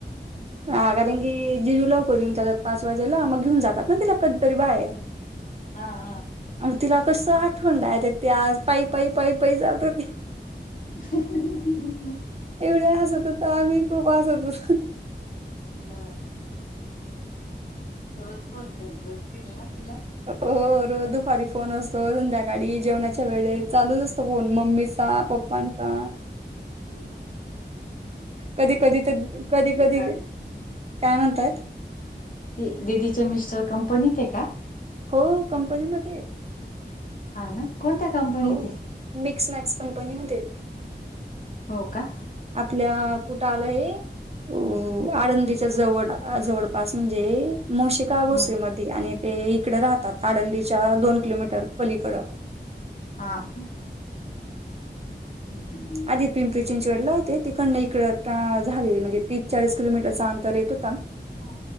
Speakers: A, on the right (about 35°); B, on the left (about 50°).
A: ह कारण की जिजू लवकर येऊन जातात पाच वाजेला मग घेऊन जातात ना तिला कधतरी बाहेर
B: हा हा
A: मग तिला कस आठवण द य त आज पाईी पाईी पाईी पाई जात हो त
B: ह
A: एवढे हसत होत आम्ही खूप हसत होतो
B: बर रोज फोन कर बसतील ना तला
A: हो दुपारी फोन असत संध्याकाळी जेवणाच्या वेळे चालूच असतो फोन मग मम्मीचा पप्पांचा
B: हम्
A: कधी कधी कधी कधी
B: का ग?
A: काय म्हणताय
B: ते ददीच मिस्टर कंपनीत आहे का
A: हो कंपनी म
B: हा ना कोणत्या कंपनीत
A: हो
B: आहे?
A: मिक्स मॅक्स कंपनी मध्ये येते
B: हो का
A: आपल्या कुठ आला हे अ आळंदीच्या जवळ जवळपास म्हणजे मोशिकाबू
B: हम्म
A: श्रीमती आणि ते इकडे राहतात आळंदीच्या दोन किलोमीटर पलीकडं
B: हा का हम्म
A: आ पिंप ंडला होते तिकडन इकड झाले म्हणजे तीस चाळीस किलोमीटर चा अंतर येतो
B: हा